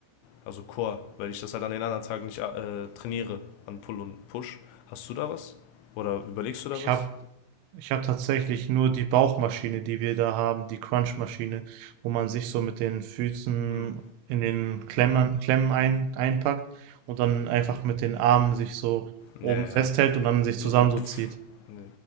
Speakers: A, on the left; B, on the right.
A: also Core, weil ich das halt an den anderen Tagen nicht äh, trainiere, an Pull und Push. Hast du da was? Oder überlegst du da
B: Ich
A: was?
B: habe Ich habe tatsächlich nur die Bauchmaschine, die wir da haben, die Crunchmaschine, wo man sich so mit den Füßen
A: Hm.
B: in den Klemmen, Klemmen ein, einpackt und dann einfach mit den Armen sich so
A: Ja,
B: oben
A: ja.
B: festhält und dann sich zusammen
A: Also,
B: so
A: duff.
B: zieht.
A: Nee.